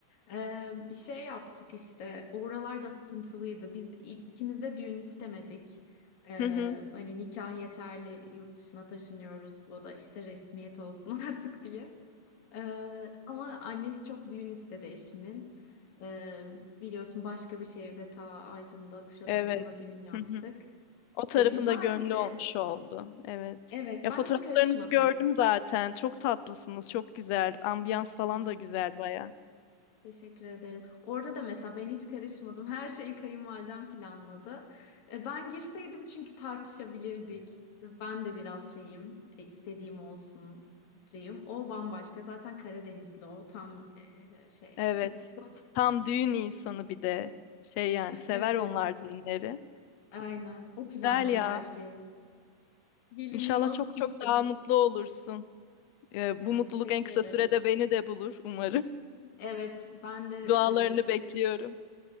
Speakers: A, on the left; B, on the left.
A: Ee, şey yaptık işte oralar da sıkıntılıydı. Biz ilk- ikimiz de düğün istemedik. Ee,
B: Hı hı.
A: hani nikah yeterli yurt dışına taşınıyoruz. O da işte resmiyet olsun <laughs> artık diye. Ee, ama annesi çok düğün istedi eşimin. Ee, biliyorsun başka bir şehirde ta Aydın'da Kuşadası'nda
B: Evet.
A: düğün yaptık.
B: Hı hı. O tarafında
A: Ee, güzeldi.
B: gönlü olmuş oldu. Evet.
A: Evet
B: Ya
A: ben
B: fotoğraflarınızı
A: hiç karışmadım.
B: gördüm zaten. Çok tatlısınız. Çok güzel. Ambiyans falan
A: Ya.
B: da güzel baya.
A: Teşekkür ederim. Orada da mesela ben hiç karışmadım. Her şeyi kayınvalidem planladı. E, Ben girseydim çünkü tartışabilirdik. Ben de biraz şeyim, e, istediğim olsun O bambaşka. Zaten Karadenizli o. Tam e, şey,
B: Evet.
A: despot. <laughs>
B: Tam düğün insanı bir de. Şey yani sever
A: Evet,
B: onlar düğünleri.
A: aynen. O planladı
B: Güzel ya.
A: her şeyi. Gelinliğimi
B: İnşallah
A: alıp
B: çok
A: gittim.
B: çok daha mutlu olursun. Ee,
A: Ya,
B: bu mutluluk
A: teşekkür
B: en kısa
A: ederim.
B: sürede beni de bulur umarım.
A: Evet, ben de
B: Dualarını
A: e, senin
B: bekliyorum.